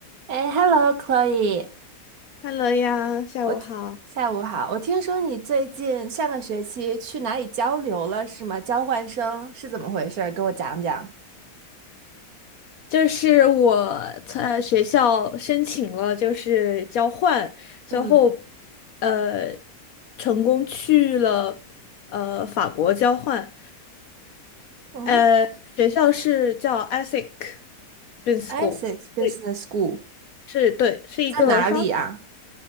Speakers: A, on the right; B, on the left.
A: 哎，Hello Chloe，
B: h e 呀，下午好。
A: 我下午好。
B: <laughs>
A: 我听说你最近上个学期去哪里交流了，是吗？交换生是怎么回事儿？给我讲讲。
B: 就是我在学校申请了，就是交换，最后
A: 嗯
B: 呃成功去了呃法国交换。
A: 哦
B: 呃，学校是叫 ESSEC b u s i n e s School，
A: i s s e x Business
B: 对，
A: School
B: 是对，是一个商。
A: 在哪里啊？